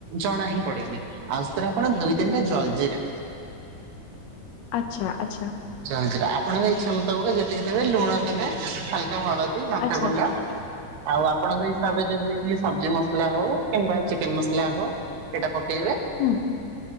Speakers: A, on the right; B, on the left.
A: ଜଣା ହିଁ ପଡେନି। ଆଉ ସେଥିରେ ଆପଣ ଦୁଇ ତିନିଟା ଜଲଜିିରା
B: ଆଛା ଆଛା।
A: ଜଲଜିରା ଆପଣଙ୍କ ଇଚ୍ଛା ମୁତାବକ ଯେତିକି ଦେବେ ଲୁଣ ଦେବେ ହାଲକା ହଳଦୀ ଲଙ୍କା
B: ଆଚ୍ଛା
A: ଗୁଣ୍ଡ ଆଉ ଆପଣଙ୍କ ହିସାବରେ ଯେମିତି ସବଜି ମସଲା ହଉ କିମ୍ବା ଚିକେନ ମସଲା ହଉ ଏଇଟା ପକେଇବେ।
B: ହୁଁ